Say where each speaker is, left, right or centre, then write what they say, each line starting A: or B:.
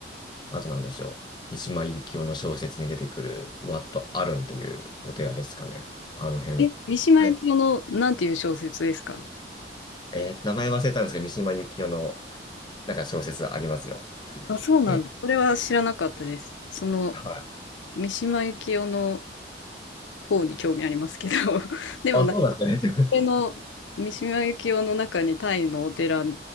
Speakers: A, on the left; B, on the left.
A: あとなんでしょう、三島由紀夫の小説に出てくるワット・アルンっていうお寺ですかね。あの辺。
B: え、三島由紀夫の、
A: はい
B: なんていう小説ですか
A: えー名前忘れたんですけど、三島由紀夫のなんか小説ありますよ。
B: あ、そうなんだ。
A: え、
B: それは知らなかったです。その、
A: はい。
B: 三島由紀夫の方に興味ありますけど、<laughs> でもな
A: あ、そうなんですね。
B: れの三島由紀夫の中にタイのお寺